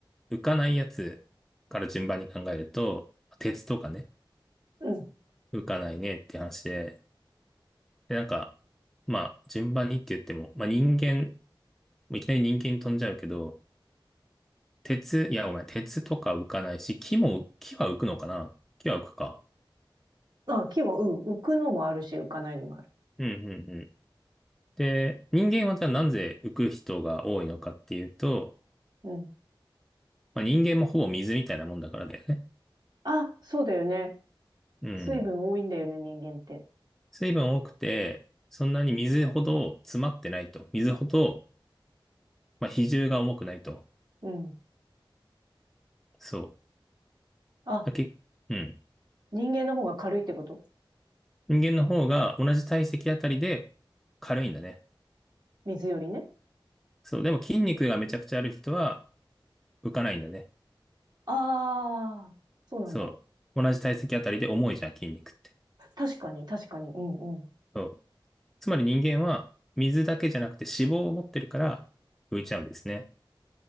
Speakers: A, in the centre; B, on the right.
A: 浮かないやつから順番に考えると、鉄とかね、
B: うん
A: 浮かないねって話で、で、なんか、まあ、順番にって言っても、まあ人間、いきなり人間に飛んじゃうけど、鉄、いや、ごめん、鉄とか浮かないし、木も、木は浮くのかな木は浮くか。
B: あ、木は、うん、浮くのもあるし、浮かないのもある。
A: うん、うん、うん。で、人間はじゃあなぜ浮く人が多いのかっていうと、
B: うん。
A: まあ、人間もほぼ水みたいなもんだからだよね。
B: あ、そうだよね。
A: うん。
B: 水分多いんだよね、人間って。
A: 水分多くて、そんなに水ほど詰まってないと。水ほど、まあ、比重が重くないと。
B: うん。
A: そ
B: あ、
A: う。だけ、うん。
B: 人間の方が軽いってこと
A: 人間の方が同じ体積あたりで軽いんだね。
B: 水よりね。
A: そう。でも筋肉がめちゃくちゃある人は浮かないんだね。
B: ああ、そうなんだ。
A: そう。同じ体積あたりで重いじゃん、筋肉って。
B: 確かに、確かに。うんうん。
A: そう。つまり人間は水だけじゃなくて脂肪を持ってるから浮いちゃうんですね。